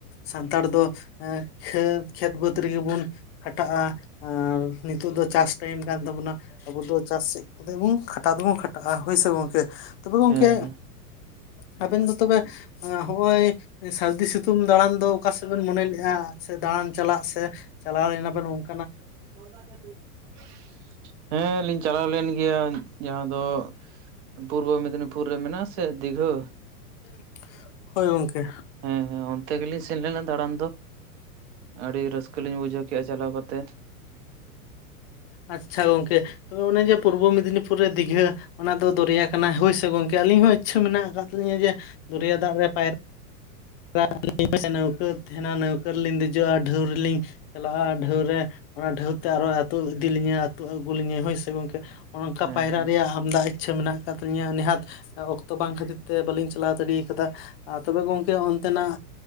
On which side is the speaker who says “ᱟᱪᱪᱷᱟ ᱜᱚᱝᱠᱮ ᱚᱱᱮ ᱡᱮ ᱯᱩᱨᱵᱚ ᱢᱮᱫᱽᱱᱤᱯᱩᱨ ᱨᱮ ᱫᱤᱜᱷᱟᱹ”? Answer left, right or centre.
Left